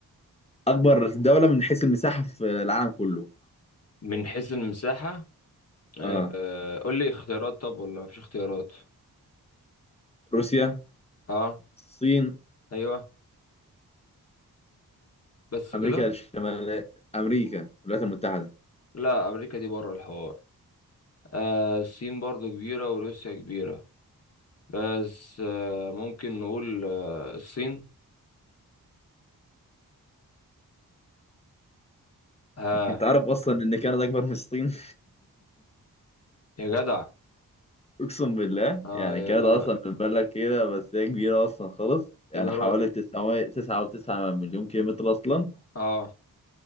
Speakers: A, on the left; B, on the left.
A: اكبر دولة من حيث المساحة في العالم كله
B: من حيث المساحه آه.
A: اه
B: آه، قول لي اختيارات طب ولا مفيش اختيارات
A: روسيا
B: اه
A: الصين
B: ايوه بس
A: امريكا
B: كده
A: الشمالية امريكا الولايات المتحدة
B: لا امريكا دي بره الحوار آه الصين برضو كبيره وروسيا كبيره بس آه ممكن نقول آه الصين ها
A: انت عارف اصلا ان كندا اكبر من الصين <laughs>
B: يا جدع
A: اقسم بالله
B: اه
A: يعني
B: يبقى
A: كندا
B: رو...
A: اصلا من بلد كده بس هي كبيرة اصلا خالص يعني
B: يبقى
A: حوالي
B: رو...
A: 900 9.9 مليون كيلومتر اصلا
B: اه